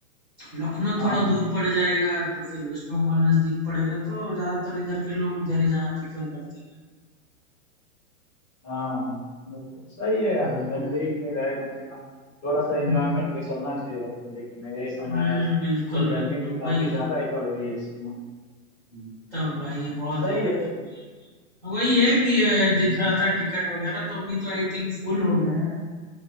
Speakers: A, in the centre; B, on the left.
A: लखनऊ
B: हाँ
A: थोड़ा
B: हाँ
A: दूर पड़ जाएगा तो फिर वेस्ट बंगाल नजदीक पड़ेगा तो ज्यादातर इधर के लोग उधर ही जाना प्रेफर करते हैं
B: हाँ हाँ, बिल्कुल सही है यार
A: हम्म,
B: नजदीक में रहे कम से कम थोड़ा सा
A: हम्म,
B: एंजॉयमेंट भी चलना चाहिए भाई जिंदगी में यही समय
A: हम्म,
B: है
A: बिल्कुल
B: तो गर्मी
A: बिल्कुल
B: भी काफी
A: वही
B: ज्यादा ही पड़ रही है इस समय हम्म,
A: तब भाई बहुत
B: सही
A: ज्यादा
B: है
A: गर्मी
B: तो।
A: है अभी। वही है कि अ, दिख
B: हम्म,
A: रहा था टिकट वगैरह तो अभी तो आई थिंक फुल हो गया है